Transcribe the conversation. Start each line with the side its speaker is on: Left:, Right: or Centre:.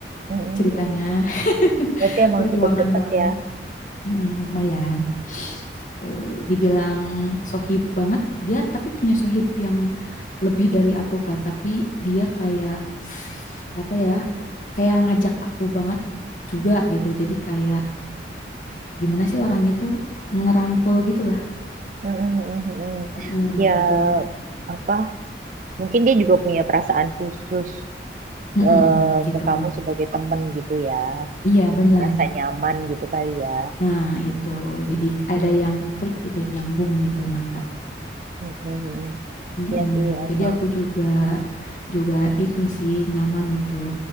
Right: mm, mm,
Left: ceritanya.
Right: mm.
Left: <laughs>
Right: Berarti emang
Left: Perjuangan
Right: cukup dekat
Left: bareng,
Right: ya.
Left: Mm, lumayan. itu Dibilang sohib banget dia, tapi punya sohib yang lebih dari aku Kak. Tapi dia kayak apa ya? Kayak ngajak aku banget juga gitu. Jadi kayak gimana sih orangnya tuh ngerangkul gitu lah
Right: Mm, mm, mm, mm, mm.
Left: Heeh,
Right: Ya,
Left: gitu
Right: apa Mungkin dia juga punya perasaan khusus
Left: Heeh,
Right: eh,
Left: gitu
Right: ke kamu sebagai temen gitu ya.
Left: iya bener
Right: Rasa nyaman gitu kali ya.
Left: nah itu jadi ada yang klik gitu nyambung gitu nah Kak.
Right: Mm-mm.
Left: Heeh,
Right: Iya sih emang.
Left: jadi aku juga juga ini sih nyaman gitu